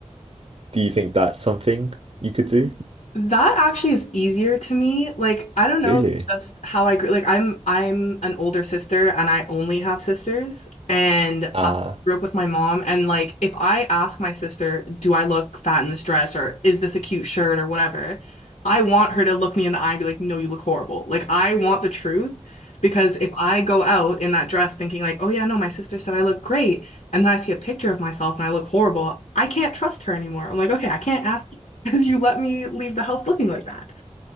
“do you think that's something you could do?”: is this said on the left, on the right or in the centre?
Right